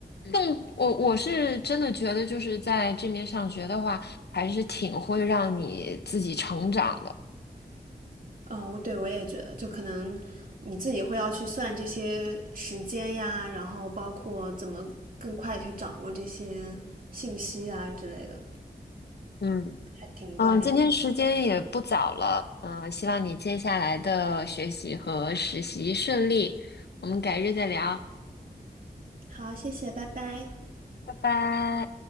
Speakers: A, on the left; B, on the right.
A: 更我我是真的觉得，就是在这边上学的话，还是挺会让你自己成长的。
B: 嗯，我对我也觉得，就可能你自己会要去算这些时间呀，然后包括怎么更快地去掌握这些信息啊之类的，
A: 嗯，
B: 还挺锻炼人的。
A: 嗯，今天时间也不早了，嗯，希望你接下来的学习和实习顺利，我们改日再聊，
B: 好，谢谢，拜拜。
A: 拜拜。